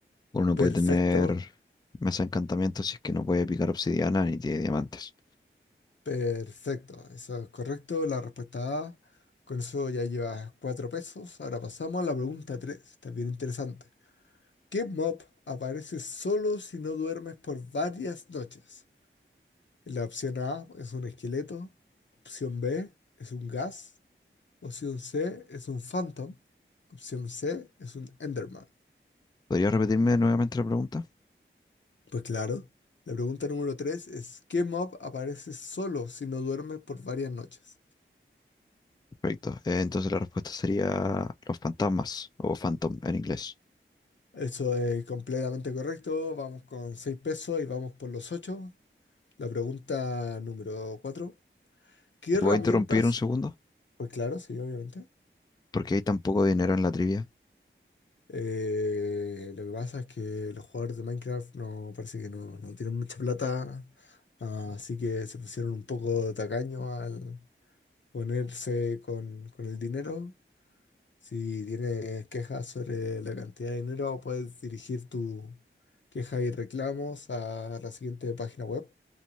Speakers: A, on the left; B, on the left.
A: uno no puede
B: Perfecto,
A: tener mesa de encantamiento si es que no puede picar obsidiana ni tiene diamantes.
B: Perfecto, eso es correcto. La respuesta A. Con eso ya llevas 4 pesos. Ahora pasamos a la pregunta 3, También interesante. ¿Qué mob aparece solo si no duermes por varias noches? La opción A es un esqueleto. Opción B es un gas. Opción C es un phantom. Opción C es un enderman.
A: ¿Podría repetirme nuevamente la pregunta?
B: Pues claro, la pregunta número 3 es ¿qué mob aparece solo si no duermes por varias noches?
A: Perfecto. Eh, entonces la respuesta sería los fantasmas o phantom en inglés.
B: Eso es completamente correcto. Vamos con 6 pesos y vamos por los 8. La pregunta número 4. ¿Qué
A: ¿Te
B: herramientas?
A: puedo interrumpir un segundo?
B: Pues claro, sí, obviamente.
A: Porque hay tan poco dinero en la trivia.
B: Eh, lo que pasa es que los jugadores de Minecraft no parece que no, no tienen mucha plata, así que se pusieron un poco tacaño al ponerse con, con el dinero. Si tienes quejas sobre la cantidad de dinero, puedes dirigir tu queja y reclamos a la siguiente página web